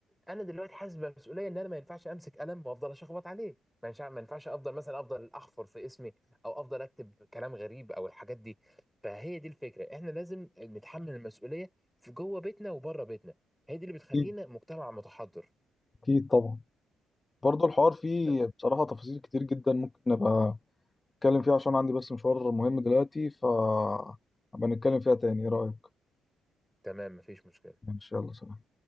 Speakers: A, in the centre; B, on the left.
A: انا دلوقتي حاسس بمسؤوليه ان انا ما ينفعش امسك قلم وافضل اشخبط عليه ما ينفعش ما ينفعش افضل مثلا افضل احفر في اسمي او افضل اكتب كلام غريب او الحاجات دي فهي دي الفكره احنا لازم نتحمل المسؤوليه في جوه بيتنا وبره بيتنا هي دي اللي بتخلينا
B: اكيد
A: مجتمع متحضر
B: اكيد طبعا برضه الحوار فيه
A: ب-
B: بصراحه تفاصيل كتير جدا ممكن ابقى اتكلم فيها عشان عندي بس مشوار مهم دلوقتي ف هبقى نتكلم فيها تاني ايه رايك
A: تمام مفيش مشكله
B: ان شاء الله سلام